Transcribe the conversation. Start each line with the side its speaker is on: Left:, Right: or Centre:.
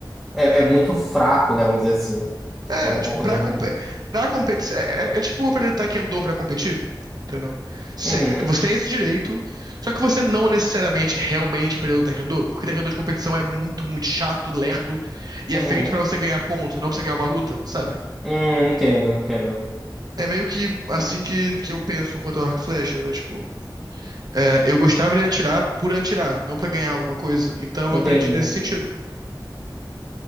Centre: é, é muito fraco, né? Vamos dizer assim.
Right: É,
Centre: É um,
Right: tipo,
Centre: uma coisa
Right: pra,
Centre: muito.
Right: comp pra competir. É, é- é tipo aprender taekwondo pra competir, entendeu? Você,
Centre: Uhum,
Right: você tem esse direito, só que você não necessariamente realmente aprendeu o taekwondo, porque taekwondo de competição é muito, muito chato, lerdo, e
Centre: uhum.
Right: é feito pra você ganhar ponto, não pra você ganhar uma luta, sabe?
Centre: Hum, entendo, entendo.
Right: É meio que assim que, que eu penso quanto ao arco e flecha, né? Tipo, é, eu gostava de atirar por atirar, não pra ganhar alguma coisa, então
Centre: Entendi.
Right: eu aprendi nesse sentido.